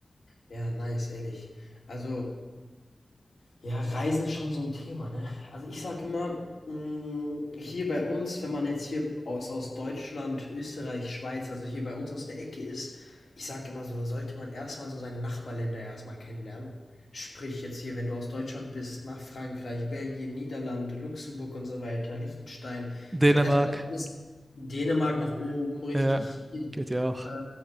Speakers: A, on the left (about 60°); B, on the right (about 30°).
A: Ja, nice, ehrlich. Also. Ja, Reisen ist schon so ein Thema, ne? Also, ich sage immer, hm, hier bei uns, wenn man jetzt hier aus aus Deutschland, Österreich, Schweiz, also hier bei uns aus der Ecke ist, ich sage immer so, da sollte man erstmal so seine Nachbarländer erstmal kennenlernen. Sprich jetzt hier, wenn du aus Deutschland bist, nach Frankreich, Belgien, Niederlande, Luxemburg und so weiter, Liechtenstein.
B: Dänemark,
A: So erstmal das alles Dänemark nach oben, richtig
B: ja,
A: hier,
B: geht ja auch.
A: äh,